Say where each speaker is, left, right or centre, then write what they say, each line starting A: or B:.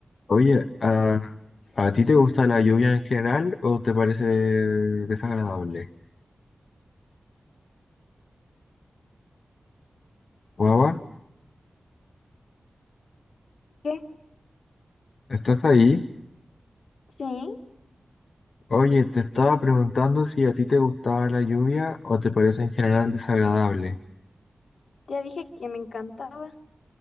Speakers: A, on the left; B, on the left.
A: Oye, ¿a, a ti te gusta la lluvia en general o te parece desagradable? Guagua,
B: Yo dije,
A: ¿estás ahí?
B: sí,
A: Oye, te estaba preguntando si a ti te gustaba la lluvia o te parece en general desagradable.
B: ya dije que me encantaba.